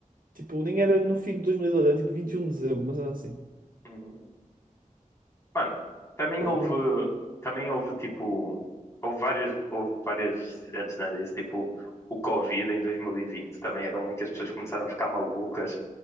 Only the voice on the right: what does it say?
tipo, nem era no fim de 2012, era tipo 21 de dezembro, mas era assim.
Pá,
não-